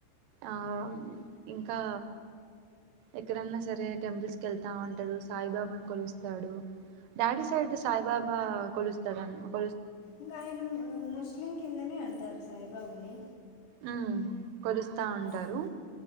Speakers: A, on the right; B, on the left.
A: ఆ ఇం ఇంకా ఎక్కడైన్నా సరే టెంపుల్స్ కెళ్తా ఉంట అట్టదు సాయిబాబాని కొలుస్తాడు డాడి సైడ్ సాయిబాబా కోలు ఇస్తం ఒక
B: ఇంకా ఆయన ముస్లిం కిందనే అంటారు సాయిబాబుని
A: ఆ కొలుస్తా ఉంటారు
B: ఉమ్.